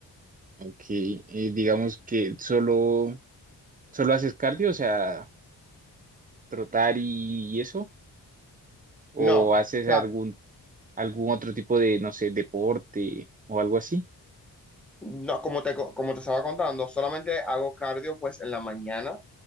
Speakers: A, on the right; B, in the centre.
A: Ok. Y digamos que solo ¿Solo haces cardio, o sea, trotar y, y eso? ¿O
B: No, o
A: haces
B: sea,
A: algún, algún otro tipo de, no sé, deporte o algo así?
B: no, como te, co- como te estaba contando, solamente hago cardio pues en la mañana